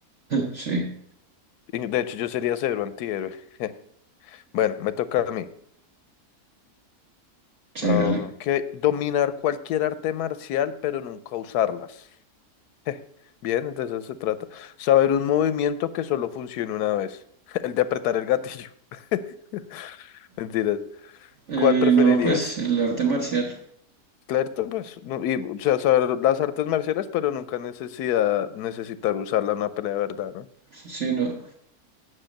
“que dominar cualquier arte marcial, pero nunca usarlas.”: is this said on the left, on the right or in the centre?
Left